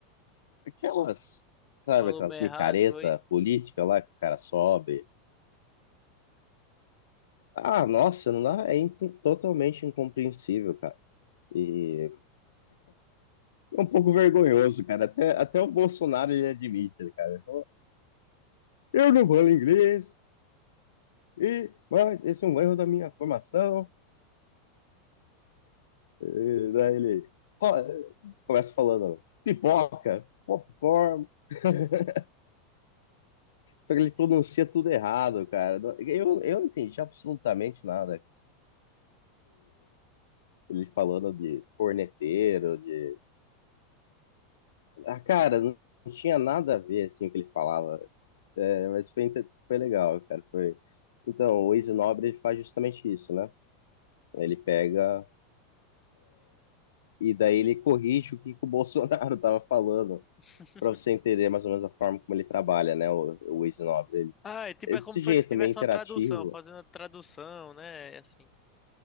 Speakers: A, on the left; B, on the left.
A: Aquelas, sabe,
B: Falou
A: aquelas
B: meio
A: micareta
B: errado, foi?
A: política lá que o cara sobe. Ah, nossa, não dá, é incom- totalmente incompreensível, cara. E é um pouco vergonhoso, cara. Até, até o Bolsonaro ele admite, né, cara. Eu não falo inglês, e, mas esse é um erro da minha formação. E daí ele ó, começa falando pipoca, popcorn. <laughs> Só que ele pronuncia tudo errado, cara. Eu, eu não entendi absolutamente nada. Ele falando de corneteiro, de. Ah, cara, não tinha nada a ver, assim, o que ele falava. É, mas foi, inte- foi legal, cara. Foi... Então, o Easy Nobre faz justamente isso, né? Ele pega e daí ele corrige o que, que o Bolsonaro <laughs> tava falando,
B: <laughs>
A: para você entender mais ou menos a forma como ele trabalha, né? O, o Easy Nobre. Ele,
B: Ah, é tipo,
A: é
B: é
A: desse
B: como se
A: jeito,
B: fosse- tivesse
A: meio interativo.
B: uma tradução, fazendo a tradução, né? Assim,